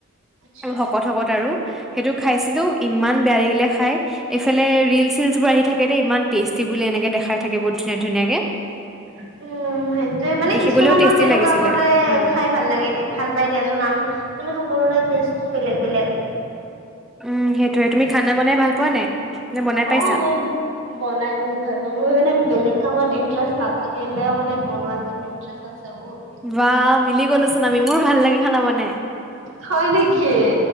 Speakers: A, on the right; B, in the centre.
A: আচ্ছা।
B: উম শকত শকত আৰু সেইটো খাইছিলোঁ ইমান বেয়া লাগিলে খাই এইফালে ৰিলচ চিলচ বোৰ আহি থাকে দেই ইমান টেষ্টি বুলি এনেকে দেখাই থাকে বহুত ধুনীয়া ধুনীয়াকে
A: উম সেইটোৱে মানে
B: দেখিবলৈও
A: কিছুমানৰ
B: টেষ্টি
A: সেনেকুৱা
B: লাগিছিলে
A: বোলে
B: উম।
A: খাই ভাল লাগে দে, ভাল পাই দিয়াচোন আম মানে সকলোৰে টেষ্টটো বেলেগ বেলেগ।
B: উম, সেইটোয়ে তুমি খানা বনাই ভাল পোৱা নাই? নে বনাই পাইছা?
A: অ', হয় <unintelligible> বনাই বহুত ভাল পাওঁ মই মানে বেলেগ কামত ইন্টাৰেষ্ট নাথাকিলেও মানে বনোৱাটোত কিন <unintelligible> আছে বহুত।
B: বা মিলি গ'লোচোন আমি, মোৰ ভাল লাগে খানা বনাই।
A: হয় নেকি?